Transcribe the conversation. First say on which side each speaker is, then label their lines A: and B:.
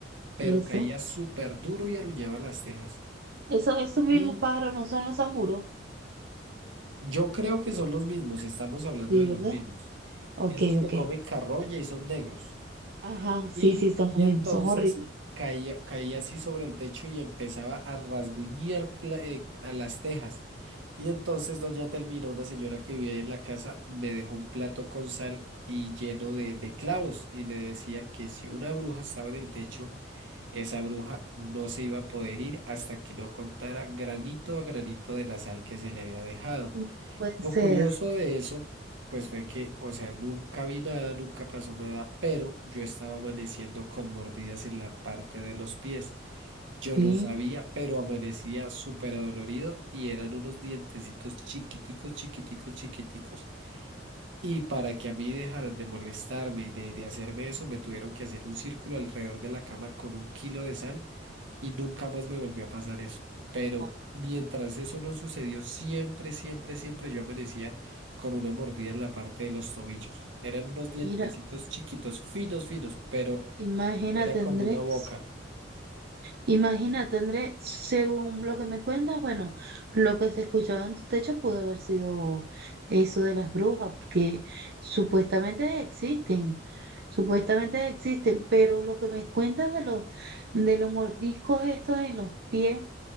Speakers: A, on the right; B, on the right.
A: pero
B: eso.
A: caía súper duro y arrullaba las tejas.
B: Eso, esos mismos
A: Y
B: pájaros no son los samuros,
A: yo creo que son los mismos, estamos hablando
B: sí,
A: de los
B: ¿verdad?
A: mismos.
B: Ok,
A: Esos que
B: ok.
A: comen carroña y son negros.
B: Ajá, sí,
A: Y,
B: sí, son
A: y
B: los
A: entonces
B: mismos, son horribles.
A: caía, caía así sobre el techo y empezaba a rasguñar cla- eh, a las tejas. Y entonces doña Telmira, una señora que vivía ahí en la casa, me dejó un plato con sal y lleno de, de clavos y me decía que si una bruja estaba en el techo, Esa bruja no se iba a poder ir hasta que no contara granito a granito de la sal que se le había dejado.
B: Mm, Puede
A: Lo
B: ser,
A: curioso de eso, pues fue que, o sea, nunca vi nada, nunca pasó nada, pero yo estaba amaneciendo con mordidas en la parte de los pies. Yo
B: sí.
A: no sabía, pero amanecía súper adolorido y eran unos dientecitos chiquiticos, chiquiticos, chiquiticos. Y para que a mí dejaran de molestarme y de, de hacerme eso, me tuvieron que hacer un círculo alrededor de la cama con un kilo de sal y nunca más me volvió a pasar eso. Pero
B: Ah,
A: mientras eso no sucedió, siempre, siempre, siempre yo amanecía con una mordida en la parte de los tobillos. Eran unos dientecitos
B: Mira,
A: chiquitos, finos, finos, pero
B: imagínate,
A: era como
B: Andrés.
A: una boca.
B: Imagínate, Andrés, según lo que me cuentas, bueno, lo que se escuchaba en tu techo pudo haber sido eso de las brujas, porque supuestamente existen, supuestamente existen, pero lo que me cuentas de los, de los mordiscos estos en los pies.